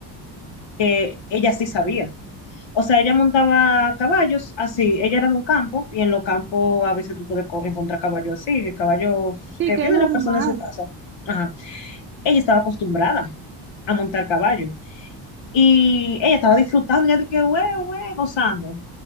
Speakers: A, on the left; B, on the right.
A: que ella sí sabía. O sea, ella montaba caballos así, ella era de un campo y en los campos a veces tú puedes co- encontrar caballos así, caballos
B: Sí,
A: que
B: que
A: tiene
B: es normal.
A: la persona en su casa. Ajá. Ella estaba acostumbrada a montar caballo y ella estaba disfrutando, ya de que, güey, güey, gozando,